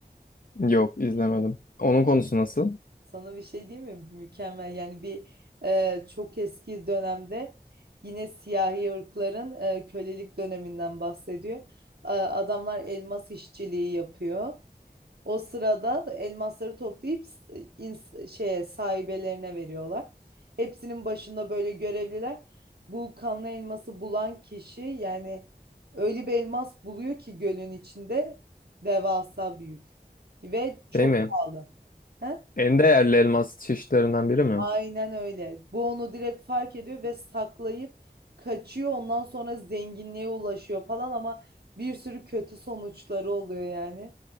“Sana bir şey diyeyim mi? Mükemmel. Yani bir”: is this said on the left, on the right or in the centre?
Right